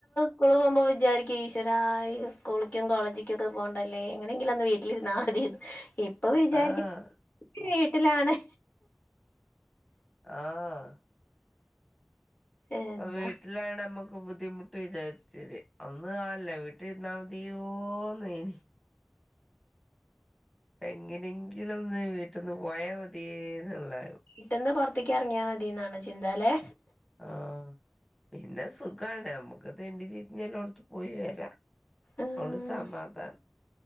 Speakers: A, on the left; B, in the centre.
A: സ്കൂൾ പോവ്മ്പോ വിചാരിക്കും ഈശ്വര ഈ സ്കൂളിക്കും കോളേജിക്കൊക്കെ പോണ്ടല്ലേ എങ്ങനെങ്കിലൊന്ന് വീട്ട ട്ടിലിര്ന്ന് മതീന്ന് ഇപ്പൊ വിചാരിക്ക
B: ആഹ്
A: വീട്ടിലാണെ
B: ആഹ്
A: എന്താ
B: വീട്ട് ല്ലാണ് അമ്മക്ക് ബുദ്ധിമുട്ട് വിചാരിച്ചേത് അന്ന് ആല്ല വീട്ടിലിരുന്നാൽ മതിയോന്നെനി. പ്പ എങ്ങനെങ്കിലും ഒന്ന് വീട്ടിൽന്ന് പോയാൽ മതിയേന്നോള്ളാവും.
A: വീട്ട്ന്ന് പോർത്ത്ക്ക് എർങ്ങിയാ മതിന്നാണ് ചിന്തല്ലേ.
B: ആ പിന്നെ സുഖാണ് നമ്മക്ക് തേണ്ടി തിരിഞ്ഞ് ഞ്ഞെല്ലോട്ത്തും പോയി വരാ.
A: ഉം
B: അയൊണ്ട് സമാധാനം